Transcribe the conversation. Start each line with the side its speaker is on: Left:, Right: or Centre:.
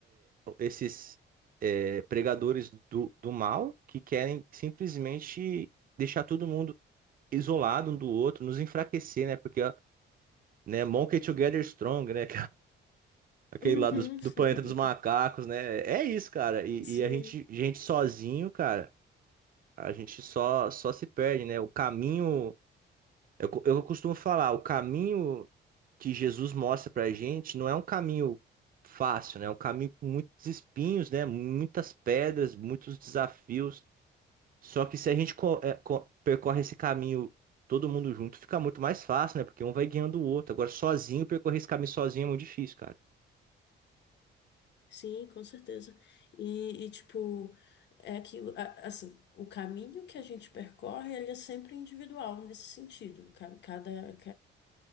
Right: esses é, pregadores do, do mal que querem simplesmente deixar todo mundo isolado um do outro, nos enfraquecer, né? Porque, né, Monkey Together Strong, né? Aquele
Left: Uhum.
Right: lá dos- do
Left: <laughs>
Right: planeta dos macacos, né? É isso, cara. E,
Left: Sim,
Right: e a gente, gente sozinho, cara, a gente só, só se perde, né? O caminho, eu, co- eu costumo falar, o caminho que Jesus mostra pra gente não é um caminho fácil, né? É um caminho com muitos espinhos, né? Muitas pedras, muitos desafios. Só que se a gente co- é, co- percorre esse caminho todo mundo junto, fica muito mais fácil, né? Porque um vai guiando o outro. Agora, sozinho, percorrer esse caminho sozinho é muito difícil, cara.
Left: sim, com certeza. E, e, tipo, é aquilo, a- assim, o caminho que a gente percorre, ele é sempre individual nesse sentido. Ca- Cada,